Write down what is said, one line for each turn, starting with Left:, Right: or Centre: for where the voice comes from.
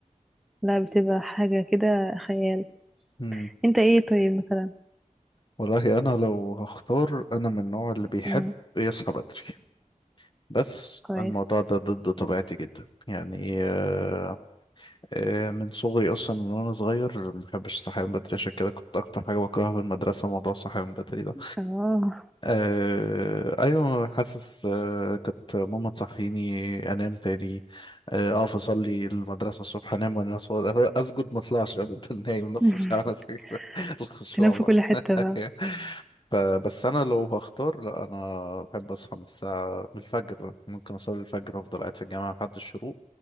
Centre: لا بتبقى حاجة كده خيال
Left: مم.
Centre: انت ايه طيب مثلا
Left: والله انا لو هختار انا من النوع اللي بيحب
Centre: مم.
Left: يصحى بدري بس
Centre: كويس
Left: الموضوع ده ضد طبيعتي جدا يعني آه، آه، من صغري اصلا من وانا صغير ما بحبش الصحيان بدري عشان كده كنت اكتر حاجه بكرهها في المدرسه موضوع الصحيان بدري ده
Centre: اه
Left: آه ايوه حاسس آه كانت ماما تصحيني انام تاني آه، اقف اصلي المدرسه الصبح انام وانا أص- اسجد ما اطلعش افضل <laughs> نايم نص
Centre: <laughs>
Left: ساعه بس كده <laughs> الخشوع
Centre: تنام في
Left: بقى
Centre: كل حتة
Left: <laughs>
Centre: بقى
Left: فبس انا لو هختار لا انا بحب اصحى من الساعه من الفجر ممكن اصلي الفجر وافضل قاعد في الجامعه لحد الشروق